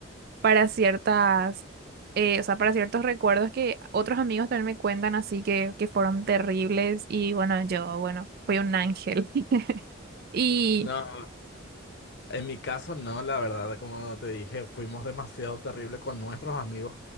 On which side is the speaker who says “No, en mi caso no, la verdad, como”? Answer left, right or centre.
Left